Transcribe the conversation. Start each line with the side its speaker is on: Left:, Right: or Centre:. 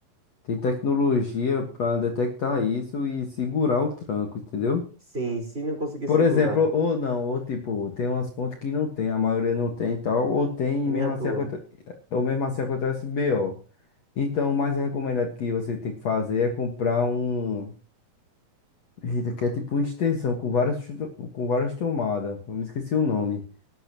Left: tem tecnologia pra detectar isso e segurar o tranco, entendeu?
Right: Sim, se não conseguir
Left: Por
Right: segurar,
Left: exemplo, ou não, ou tipo, tem umas fontes que não tem, a maioria não tem e tal, ou tem
Right: que
Left: e mesmo
Right: nem a
Left: assim,
Right: tua.
Left: aconte- ou mesmo assim acontece BO. Então, o mais recomendado que você tem que fazer é comprar um. Eita, que é tipo uma extensão com várias, chu- com várias tomadas, eu me esqueci o nome.